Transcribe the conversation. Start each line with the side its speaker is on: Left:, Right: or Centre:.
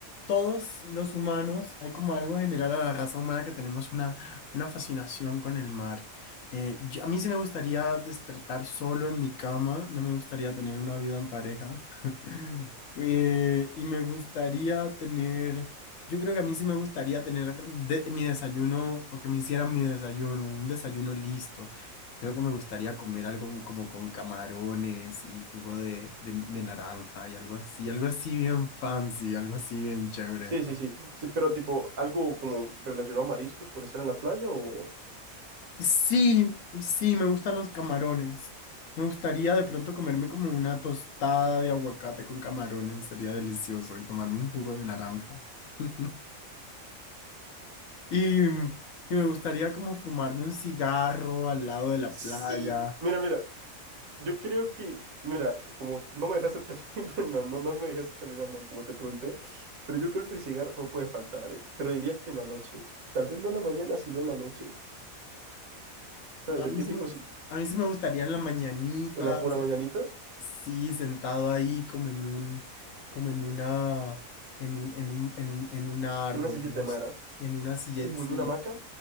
Left: todos los humanos, hay como algo general a la raza humana que tenemos una, una fascinación con el mar. Eh, yo- a mí sí me gustaría despertar solo en mi cama, no me gustaría tener una vida en pareja. <laughs> Eh, y me gustaría tener, yo creo que a mí sí me gustaría tener de- mi desayuno o que me hicieran mi desayuno, un desayuno listo. Creo que me gustaría comer algo como, como con camarones y jugo de, de, de naranja y algo así, algo así bien fancy, algo así bien chévere.
Right: Sí, sí, sí. Sí, pero tipo, algo como relacionado a mariscos por estar en la playa o...
Left: Sí, sí, me gustan los camarones. Me gustaría de pronto comerme como una tostada de aguacate con camarones, sería delicioso, y tomarme un jugo de naranja. <laughs> Y, mm, y me gustaría como fumarme un cigarro al lado de la
Right: Sí.
Left: playa.
Right: Mira, mira, yo creo que, mira, como no me dejaste terminar, <laughs> bueno, no, no me dejaste terminar, no, como te pregunté, pero yo creo que el cigarro no puede faltar, eh. Pero diría que en la noche, tal vez no en la mañana, sino en la noche, ¿sabes?
Left: A
Right: El
Left: mí
Right: típico,
Left: sí me,
Right: si-
Left: a mí sí me gustaría en la mañanita
Right: en la pura mañanita,
Left: Sí, sentado ahí como en un, como en una, en un, en un, en un, en un árbol,
Right: en una silleta
Left: ¿no?
Right: de madera,
Left: En una silleta,
Right: uh,
Left: sí,
Right: en una hamaca,